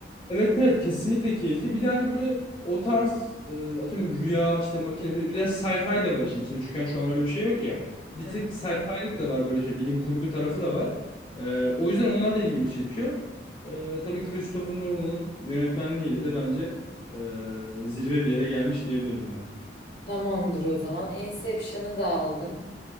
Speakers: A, on the left; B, on the left.
A: Evet evet kesinlikle keyifli. Bir de hani böyle o tarz e, atıyorum rüya işte makine bir- biraz sci-fi de var işin içinde. Çünkü hani şu an öyle bir şey yok ya. Bir
B: Hı
A: tık
B: hı.
A: sci-fi'lik de var böyle şey bilim kurgu tarafı da var. E, o yüzden onlar da ilgimi çekiyor. E, tabii Christopher Nolan'ın yönetmenliğiyle de bence e, zirve bir yere gelmiş diyebilirim yani.
B: Tamamdır o zaman. Inception'ı da aldım.